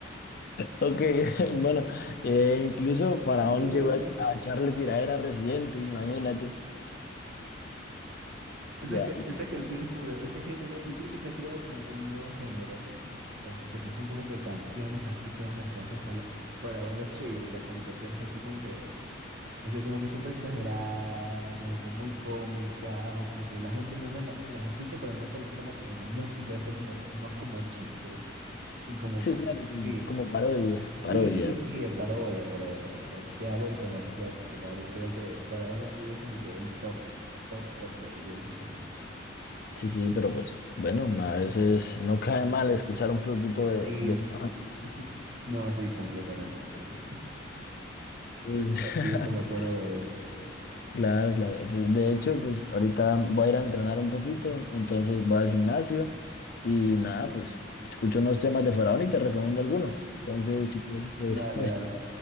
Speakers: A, on the left (about 50°); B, on the right (about 55°).
A: Ok, <laughs> bueno, eh, incluso Faraón
B: Ay,
A: llegó a, a echarle tiradera a Residente, imagínate.
B: Esas,
A: Ya,
B: ca- esas canciones, como de- ese género, yo creo que se ha creado como que un nuevo género, este, que son como que canciones así como las que hace Fara- Faraón Love Shady, o sea, como canciones así como que, este, como que súper exageradas, o como que muy cómicas, o como que la gente no se la- las escucha, pero no se las toma como que música, esto es como más como a chiste, y como,
A: Sí, claro, como,
B: sí.
A: como parodia, parodia.
B: Sí, sí, es parodia, es parodia. O sea, se ha vuelto demasiado popular y creo que Faraón los Reyes es como que el top, top, top de, de ese género.
A: Sí, sí, pero pues, bueno, a veces no cae mal escuchar un poquito de,
B: Sí,
A: de
B: sí,
A: Faraón.
B: sí. <laughs> No, sí, completamente. Te, <laughs> te,
A: Pues,
B: te- perdí
A: <laughs>
B: que me acuerdo de él.
A: Claro, claro. De hecho, pues ahorita voy a ir a entrenar un poquito, entonces voy al gimnasio y nada, pues escucho unos temas de Faraón y te recomiendo alguno. Entonces, si quieres, pues
B: Dale,
A: <laughs> estamos,
B: dale.